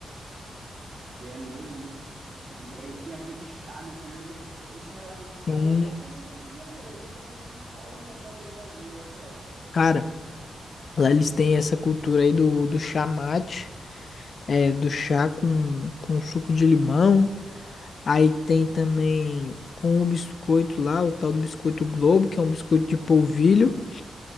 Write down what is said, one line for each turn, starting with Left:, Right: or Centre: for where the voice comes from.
Right: E é mesmo, né? E, e tem aquele chá, né? Também que eu- esse negócio desse chá
Left: Sim,
Right: aí eu só vi no Rio de Janeiro, nunca vi por fora aí não, pra onde eu viajei, ó, cara.
Left: Cara, lá eles têm essa cultura aí do, do chá mate, é, do chá com, com suco de limão. Aí tem também com o biscoito lá, o tal do biscoito Globo, que é um biscoito de polvilho.